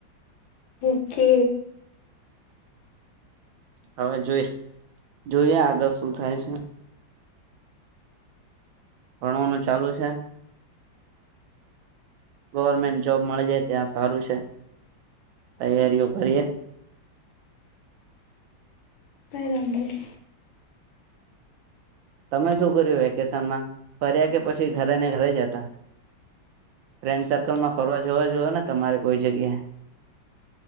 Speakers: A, on the left; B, on the right.
A: ઓ કે.
B: હવે જોઈ જોઈએ આગળ શું થાય છે. ભણવાનું ચાલુ છે. ગવર્મેન્ટ જોબ મળી જાય ત્યાં સારું છે, તૈયારીઓ કરીએ.
A: પરંબધ.
B: તમે શું કર્યું વેકેશનમાં? ફર્યા કે પછી ઘરે ને ઘરે હતા? ફ્રેન્ડ સર્કલ માં ફરવા જવા જોઓ ને તમારે કોઈ જગ્યાએ?